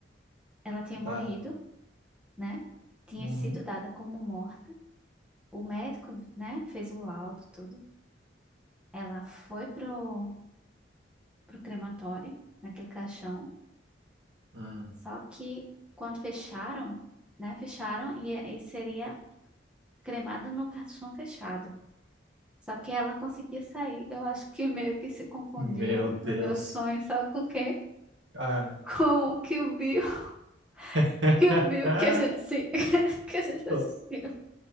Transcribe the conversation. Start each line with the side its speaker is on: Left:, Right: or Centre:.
Centre: ela tinha
Right: Ela
Centre: morrido,
Right: Tá.
Centre: né? Tinha
Right: Uhum.
Centre: sido dada como morta. O médico, né, fez o laudo, tudo. Ela foi pro, pro crematório, naquele caixão.
Right: Hum.
Centre: Só que quando fecharam, né? Fecharam e, e seria cremada no caixão fechado. Só que ela conseguia sair. Eu acho que meio que se confundiu
Right: Meu
Centre: no
Right: Deus.
Centre: meu sonho, sabe com o quê?
Right: Ah.
Centre: Com o Kill Bill,
Right: <laughs>
Centre: <laughs> Kill Bill que a gente se, <laughs> que a gente assistiu.
Right: Tu,